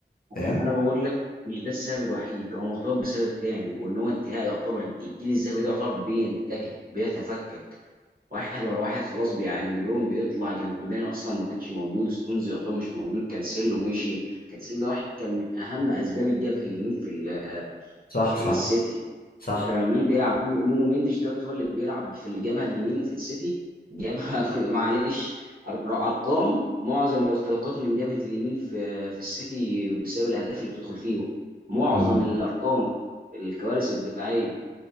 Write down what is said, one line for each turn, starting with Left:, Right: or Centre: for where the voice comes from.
Left: فاهم
Right: أنا- أنا بقول لك مش ده السبب الوحيد هو مرتبط بسبب تاني وان هو انتهاء يعتبر الجيل الذهبي ده يعتبر بينتهي بيتفكك واحد ورا واحد خلاص بي- يعني دي بروين بيطلع جندودين اصلا ما كانش موجود ستونز يعتبر مش موجود كانسيلو مشي كانسيلو ده واحد كان من اهم اسباب الجبهه اليمين في ال-
Left: صح
Right: في
Left: صح
Right: السيتي
Left: صح
Right: انت مين بيلعب نونو مينديش دوت هو اللي بيلعب في الجبهه اليمين في السيتي جبهه <laughs> معلش أر- ارقام معظم الاختراقات من جبهه اليمين في في السيتي بسبب الاهداف اللي بتدخل فيهم معظم
Left: امم
Right: الارقام الكوارث الدفاعيه